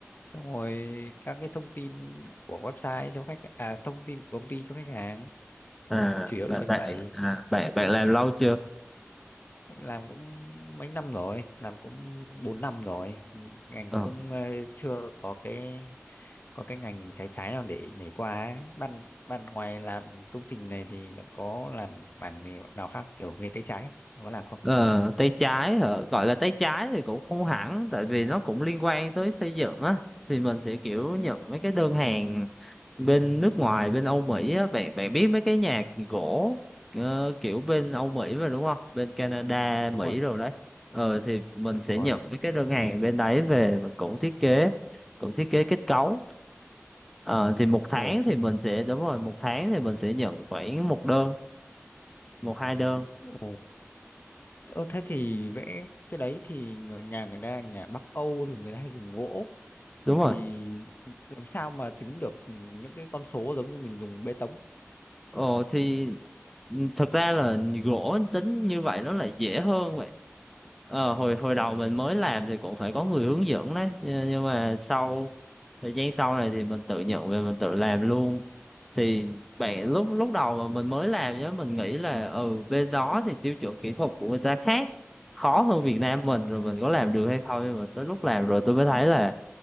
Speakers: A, on the left (about 45°); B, in the centre.
A: xong rồi các cái thông tin của website cho khách à thông tin của công ty cho khách hàng
B: à
A: đấy chủ yếu
B: bạn
A: là như
B: bạn
A: vậy
B: à, bạn bạn làm lâu chưa
A: làm cũng mấy năm rồi làm cũng 4 năm rồi ngành
B: ờ,
A: cũng ờ, chưa có cái có cái ngành trái trái nào để nhảy qua ấy. ban ban ngoài làm công trình này thì bạn có làm bảng này nào khác kiểu nghề tay trái ấy? Bạn có làm không
B: ờ, tay trái hả? gọi là tay trái thì cũng không hẳn tại vì nó cũng liên quan tới xây dựng á thì mình sẽ kiểu nhận mấy cái đơn hàng bên nước ngoài bên Âu Mỹ á bạn bạn biết mấy cái nhà gỗ ờ, kiểu bên Âu Mỹ mà đúng không bên Canada Mỹ
A: đúng rồi
B: rồi đấy ờ thì mình
A: đúng
B: sẽ
A: rồi
B: nhận mấy cái đơn hàng bên đấy về mình cũng thiết kế cũng thiết kế kết cấu Ờ, thì một
A: ồ
B: tháng
A: thế
B: thì mình sẽ đúng rồi một tháng thì mình sẽ nhận khoảng một đơn một hai đơn
A: ồ ơ, thế thì vẽ cái đấy thì người nhà người ta nhà Bắc Âu thì người ta hay dùng gỗ
B: đúng
A: thế
B: rồi
A: thì làm sao mà tính được ừ, những cái con số giống như mình dùng bê tông
B: ồ thì ừ, thật ra là gỗ tính như vậy nó lại dễ hơn vậy ờ, hồi hồi đầu mình mới làm thì cũng phải có người hướng dẫn đấy nhưng nhưng mà sau thời gian sau này thì mình tự nhận về mình tự làm luôn thì bạn lúc lúc đầu mà mình mới làm nhá mình nghĩ là ừ bên đó thì tiêu chuẩn kỹ thuật của người ta khác khó hơn Việt Nam mình rồi mình có làm được hay không nhưng mà tới lúc làm rồi tôi mới thấy là